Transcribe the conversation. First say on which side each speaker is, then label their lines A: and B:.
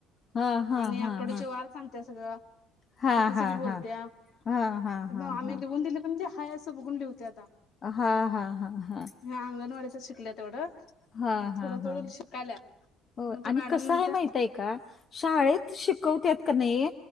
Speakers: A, on the left; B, on the left.
A: हा हा
B: आणि आठवड्याचे
A: हा हा
B: वार सांगते सगळं.
A: हा
B: ए बी सी
A: हा
B: डी बोलतया
A: हा हा हा हा
B: आम्ही
A: हा
B: लिहून दिले म्हणजे हाय असं बघून लिवहते आता.
A: हा हा हा हा.
B: हा, अंगणवाडीतच शिकल्या तेवढं.
A: हा, हा,
B: थोडं
A: हा,
B: थोडं शिकाल्या
A: हो
B: मग ते
A: आणि
B: मॅडम
A: कसं
B: म्हणत्या
A: आहे माहित आहे का? शाळेत शिकवत्यात का नाई